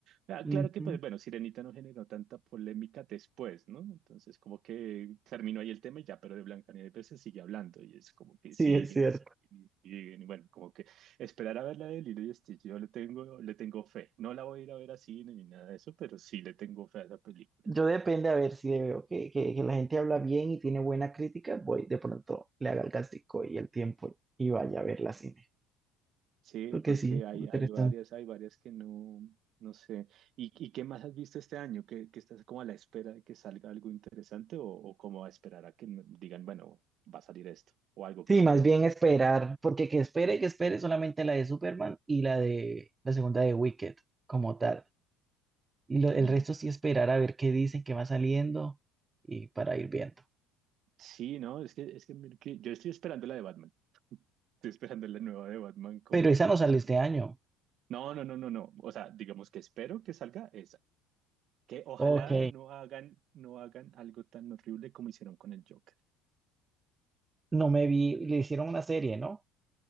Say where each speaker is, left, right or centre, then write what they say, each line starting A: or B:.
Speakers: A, on the right (about 50°); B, on the right (about 20°).
A: Ah,
B: Ujú,
A: claro que, pues, bueno, Sirenita no generó tanta polémica después, ¿no? Entonces, como que terminó ahí el tema y ya, pero de Blancanieves se sigue hablando y es como que
B: Sí,
A: siguen
B: es cierto.
A: y siguen y siguen. Y bueno, como que esperar a ver la de Lilo y Stitch, yo le tengo, le tengo fe. No la voy a ir a ver a cine ni nada de eso, pero sí le tengo fe a esa película.
B: Yo depende, a ver, si veo que, que- que la gente habla bien y tiene buena crítica, voy de pronto, le haga el gastico y el tiempo y vaya a ver la cine.
A: Sí,
B: Porque
A: porque
B: sí,
A: hay,
B: interesante.
A: hay varias, hay varias que no, no sé. ¿Y, y qué más has visto este año? ¿Que, que estás como a la espera de que salga algo interesante o, o como a esperar a que me digan, bueno, va a salir esto o algo que
B: Sí,
A: esperes?
B: más bien esperar, porque que espere, que espere solamente la de Superman y la de la segunda de Wicked como tal. Y lo- el
A: Mm,
B: resto sí esperar a ver qué dicen, qué va saliendo y para ir viendo.
A: Sí, no, es que, es que, mira que yo estoy esperando la de Batman. Estoy esperando la nueva de Batman con
B: Pero
A: Pattinson.
B: esa no sale este año.
A: No, no, no, no, no. O sea, digamos que espero que salga esa. Que ojalá
B: Ok,
A: no hagan, no hagan algo tan horrible como hicieron con el Joker.
B: no me vi, le hicieron una serie, ¿no?